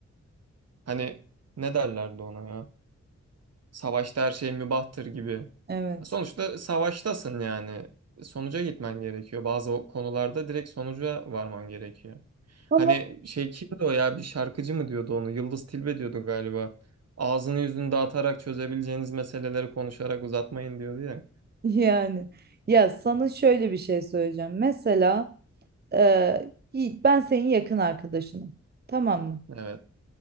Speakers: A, on the right; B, on the right.
A: Hani ne derlerdi ona ya? Savaşta her şey mübahtır gibi.
B: Evet.
A: Sonuçta savaştasın yani. Sonuca gitmen gerekiyor. Bazı o konularda direkt sonuca varman gerekiyor.
B: Ama
A: Hani şey kimdi o ya bir şarkıcı mı diyordu onu? Yıldız Tilbe diyordu galiba. Ağzını yüzünü dağıtarak çözebileceğiniz meseleleri konuşarak uzatmayın diyordu ya.
B: yani ya sana şöyle bir şey söyleyeceğim. Mesela e, Yiğit, ben senin yakın arkadaşınım. Tamam mı?
A: Evet.